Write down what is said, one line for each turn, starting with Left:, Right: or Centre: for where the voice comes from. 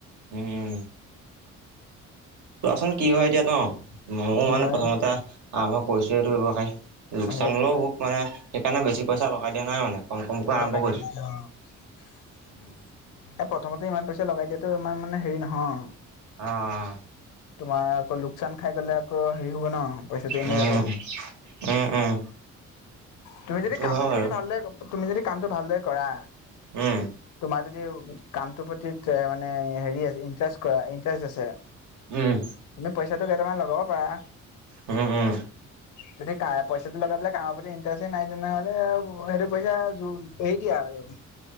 Right: উম। চোৱাচোন কি হয় এতিয়া ন' মইয়ো
Left: কি
Right: মানে
Left: হয়
Right: প্ৰথমতে আৰম্ভ কৰিছোহে এইটো ব্যৱসায়। লোকচান
Left: সেইটোৱেতো
Right: হ'লেও! হ'ব পাৰে সেইকাৰণে বেছি পইচা লগাই দিয়া নাই মানে। কম কমকৈ আৰম্ভ
Left: লগাই
Right: কৰিছোঁ।
Left: দিয়া নাই অ '
Right: উম
Left: এ' পট। প্ৰথমতে ইমান পইচা লগাই দিয়াাটো ইমান মানে হেৰি নহয়।
Right: অহ'।
Left: তোমাৰ আকৌ লোকচান খাই গলে আকৌ হেৰি হ'ব ন। পইচাটো এনেই
Right: উম',
Left: যাব
Right: উম', উম'।
Left: তুমি
Right: সেইটো
Left: যদি কামটো
Right: হয় বাৰু
Left: যদি ভালদৰে তুমি যদি কামটো ভালদৰে কৰা।
Right: উম।
Left: তোমাৰ যদি কামটোৰ প্ৰতি মানে হেৰি ইটাৰেষ্ট কৰা, ইণ্টাৰেষ্ট আছে
Right: উম
Left: মানে পইচাটো কেইটামান ল'বও পাৰা।
Right: উম উম
Left: যাতে পইচাটো লগাই পেলাই কামৰ প্ৰতি। পইচা নাই তেনেহলে আৰু সেইটো পইচা হৰি দিয়া আৰু।